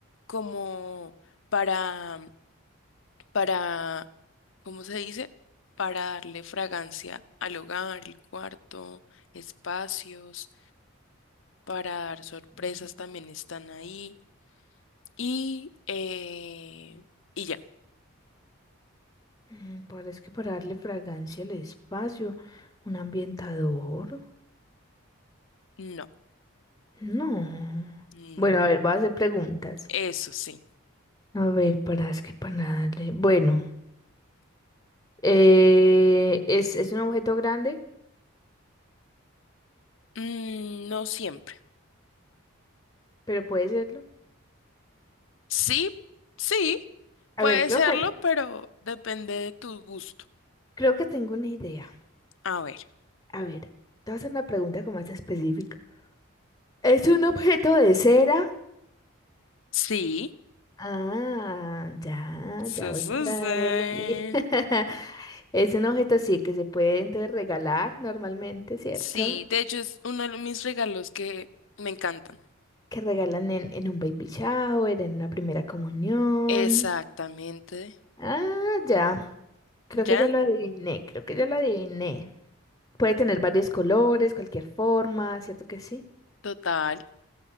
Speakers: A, on the left; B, on the left.
A: como para, para, ¿cómo se dice? Para darle fragancia al hogar, el cuarto, espacios, para dar sorpresas
B: mm,
A: también están ahí. Y, eh, y ya,
B: mm, Parece que para darle fragancia al espacio, un ambientador.
A: no,
B: No.
A: no,
B: Bueno, a ver, voy a hacer preguntas.
A: eso sí,
B: A ver, para es que para darle. Bueno, eh, es, es un objeto grande,
A: Mm, no siempre.
B: pero puede serlo.
A: Sí, sí,
B: A
A: puede
B: ver, creo
A: serlo,
B: que,
A: pero depende de tu gusto.
B: creo que tengo una idea.
A: A ver,
B: A ver, te voy a hacer una pregunta como más específica. ¿Es un objeto de cera?
A: sí.
B: Ah, ya,
A: Sí,
B: ya voy
A: sí,
B: por ahí.
A: sí.
B: <laughs> Es un objeto, sí, que se puede entonces regalar normalmente, ¿cierto?
A: Sí, de hecho es uno de mis regalos que me encantan.
B: Que regalan en, en un baby shower, en una primera comunión.
A: Exactamente.
B: Ah, ya. Creo
A: Ya,
B: que ya lo adiviné, creo que ya lo adiviné. Puede tener varios colores, cualquier forma, ¿cierto que sí?
A: total.